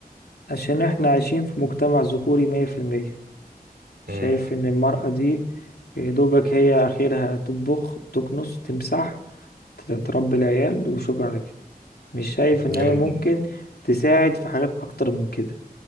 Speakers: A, on the left; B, on the right.
A: عشان احنا عايشين في مجتمع ذكوري مية في المية شايف
B: مم.
A: ان المرأة دي يا دوبك هي اخرها تطبخ تكنس تمسح تربي العيال وشكرا على كده مش شايف ان
B: جميل
A: هي ممكن
B: جدا
A: تساعد في حاجات اكتر من كده